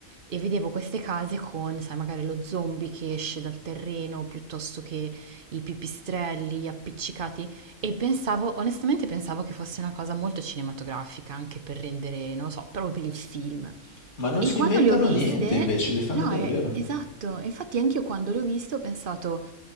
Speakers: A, on the right; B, on the left.
A: e vedevo queste case con, sai, magari lo zombie che esce dal terreno piuttosto che i pipistrelli appiccicati e pensavo, onestamente pensavo che fosse una cosa molto cinematografica, anche per rendere, non lo so, proprio per il film.
B: Ma non
A: E
B: si
A: quando
B: inventano
A: le ho viste,
B: niente, invece li fanno
A: no,
B: davvero.
A: è esatto, infatti anch'io quando le ho viste ho pensato,